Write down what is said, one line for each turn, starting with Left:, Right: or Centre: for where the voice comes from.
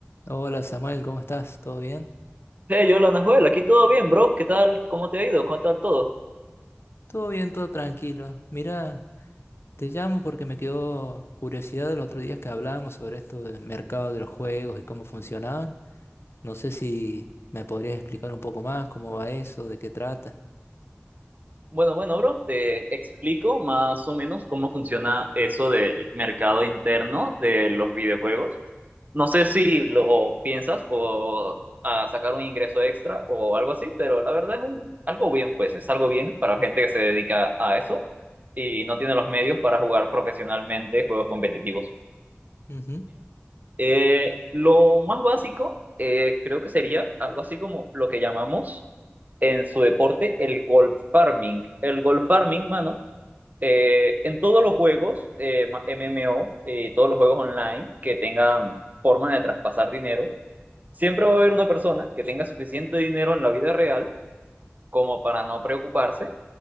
Left: Hola Samuel, ¿cómo estás? ¿Todo bien?
Right: Hey, yo, Nahuel, aquí todo bien, bro. ¿Qué tal? ¿Cómo te ha ido? ¿Cómo tal todo?
Left: Todo bien, todo tranquilo. Mira, te llamo porque me quedó curiosidad los otros días que hablábamos sobre esto del mercado de los juegos y cómo funcionaban. No sé si me podrías explicar un poco más cómo va eso, de qué trata.
Right: Bueno, bueno, bro, te explico más o menos cómo funciona eso del mercado interno de los videojuegos. No sé si lo piensas por ah, sacar un ingreso extra o algo así, pero la verdad es un- algo bien, pues es algo bien para gente que se dedica a eso y no tiene los medios para jugar profesionalmente juegos competitivos.
Left: Ujú,
Right: Eh, lo más básico eh, creo que sería algo así como lo que llamamos en su deporte el gold farming. El gold farming, mano, eh, en todos los juegos eh, ma- MMO y todos los juegos online que tengan forma de traspasar dinero, siempre va a haber una persona que tenga suficiente dinero en la vida real como para no preocuparse